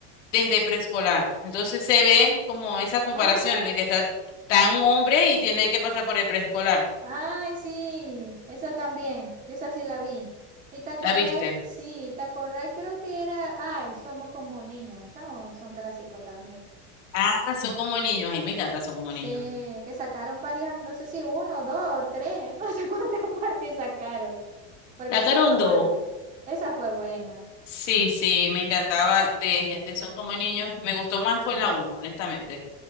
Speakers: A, on the left; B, on the right.
A: desde preescolar. Entonces se ve como esa comparación
B: Ah,
A: de que está, está un hombre y tiene que pasar por el preescolar.
B: Ay, sí, esa también, esa sí la vi. ¿Y te acordáis?
A: ¿La viste?
B: Sí, ¿te acordáis? Creo que era, ay, somos como niños, esos son son clásicos también.
A: Ah, son como niños, ay, me encanta, son como
B: Sí,
A: niños.
B: que sacaron varias, no sé si uno, dos, tres, <laughs> no sé cuántas <laughs> partes sacaron, porque
A: La
B: esa
A: carondo.
B: fue bueno, esa fue buena.
A: Sí, sí, me encantaba de, de Son como niños. Me gustó más fue la uno, honestamente.